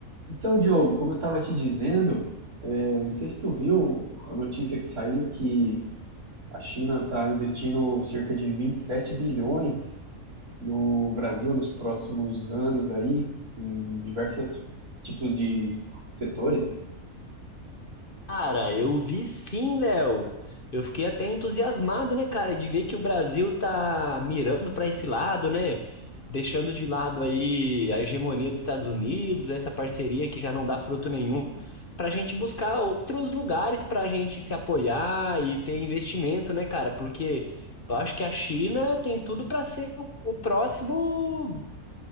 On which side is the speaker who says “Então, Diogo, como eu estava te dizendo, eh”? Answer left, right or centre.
Right